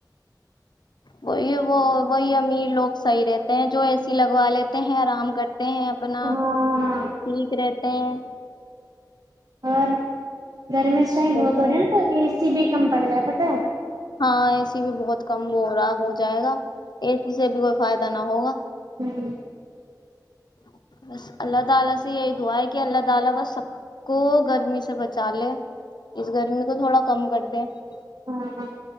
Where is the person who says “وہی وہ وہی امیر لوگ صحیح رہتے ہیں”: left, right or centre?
Left